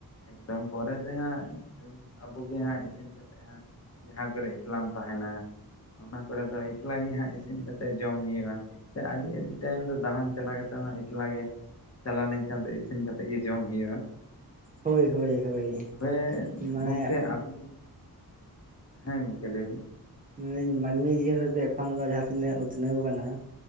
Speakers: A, on the left; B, on the right.
A: ᱮᱠᱫᱚᱢ ᱯᱚᱨᱮ ᱛᱮ ᱦᱟᱸᱜ ᱟᱵᱚ ᱜᱮ ᱦᱟᱸᱜ ᱤᱥᱤᱱ ᱠᱟᱛᱮ ᱦᱟᱸᱜ ᱡᱟᱦᱟᱸ ᱠᱚᱨᱮ ᱮᱠᱞᱟᱢ ᱛᱟᱦᱮᱱᱟ᱾ ᱚᱱᱟ ᱠᱚᱨᱮ ᱫᱚ ᱮᱠᱞᱟ ᱜᱮ ᱦᱟᱸᱜ ᱤᱥᱤᱱ ᱠᱟᱛᱮᱫ ᱡᱚᱢ ᱦᱩᱭᱩᱜᱼᱟ᱾ ᱥᱮ ᱟᱹᱰᱤ ᱟᱹᱰᱤ ᱴᱟᱭᱤᱢ ᱫᱚ ᱫᱟᱬᱟᱱ ᱪᱟᱞᱟᱣ ᱠᱟᱛᱮ ᱦᱚᱸ ᱮᱠᱞᱟ ᱜᱮ ᱪᱟᱞᱟᱣ ᱞᱮᱱᱠᱷᱟᱱ ᱫᱚ ᱤᱥᱤᱱ ᱠᱟᱛᱮᱫ ᱜᱮ ᱡᱚᱢ ᱦᱩᱭᱩᱜᱼᱟ᱾
B: ᱦᱳᱭ ᱦᱳᱭ ᱦᱳᱭ
A: ᱛᱚᱵᱮ
B: ᱢᱟᱱᱮ
A: ᱜᱚᱢᱠᱮ, ᱟᱹᱵᱤᱱ ᱦᱮᱸ ᱜᱚᱢᱠᱮ ᱞᱮᱭ ᱵᱤᱱ?
B: ᱢᱮᱱᱫᱟᱹᱧ ᱢᱟᱹᱱᱢᱤ ᱡᱤᱭᱚᱱ ᱨᱮᱫᱚ ᱮᱠᱷᱚᱱ ᱫᱚ ᱡᱟᱦᱟᱸᱛᱤ ᱱᱟᱹᱜ ᱩᱛᱱᱟᱹᱣ ᱠᱟᱱᱟ᱾